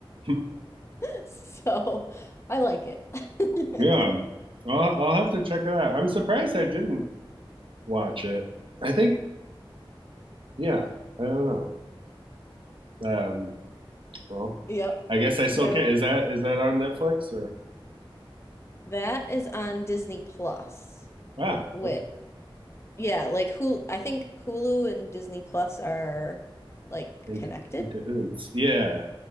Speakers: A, on the right; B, on the left.
A: <laughs>
B: <laughs> So I like it. <laughs>
A: Yeah. I'll I'll have to check it out. I'm surprised I didn't watch it. I think <clears throat> yeah, I don't know. Um, well,
B: Yep.
A: I guess I still
B: There
A: can't.
B: was
A: Is that is that on Netflix or
B: that is on Disney Plus,
A: ah,
B: which
A: okay.
B: yeah, like Hulu, I think Hulu and Disney Plus are like
A: In,
B: connected.
A: c- in cahoots. Yeah.